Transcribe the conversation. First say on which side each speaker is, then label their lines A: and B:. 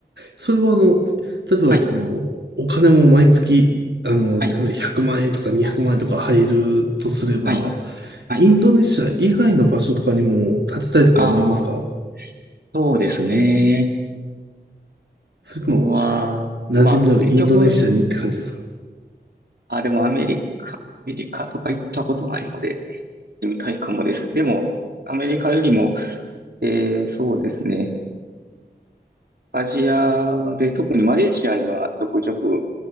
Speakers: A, on the right; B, on the right.
A: それはあの、例えばその、
B: はい、
A: お金も毎月、あの、
B: はい、
A: 例えば100万円とか200万円とか入るとすれば、
B: はい、はい。
A: インドネシア以外の場所とかにも建てたいとか思いますか
B: ああ、そうですね。
A: それとも、
B: あとは、
A: 馴染みのあるインドネシアにって感じですか
B: まあ、結局、あ、でもアメリカ、アメリカとか行ったことないので、行ってみたいかもです。でも、アメリカよりも、えー、そうですね。アジアで、特にマレーシアにはちょくちょく